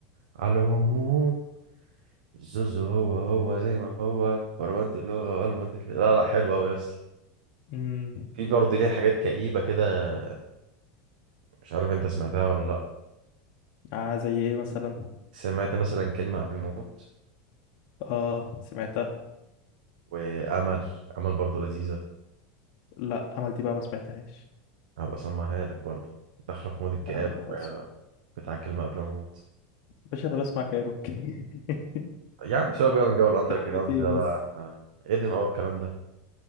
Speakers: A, on the right (about 90°); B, on the left (about 50°).
A: على العموم الزوز هو هو زي ما هو بربنت اللغه وقلب انت لا لا حلوه قوي يا اسطى
B: مم.
A: في برضه ليه حاجات كئيبه كده مش عارف انت سمعتها ولا لا
B: آه زي ايه مثلا
A: سمعت مثلا كلمة قبل ما أموت
B: اه سمعتها
A: وأمل أمل برضو لذيذة
B: لا عمل دي بقى ما سمعتهاش
A: هبقى أسمعها لك برضو داخلة في مود الكآبة
B: يا عم خلص
A: شوية بتاع كلمة قبل ما أموت
B: باشا انا بسمع كايروكي <laughs>
A: يا عم سيبك بقى من جو الأندر
B: كلمة
A: جراوند
B: ايه
A: ده
B: بس
A: بقى إحنا قدم أوي الكلام ده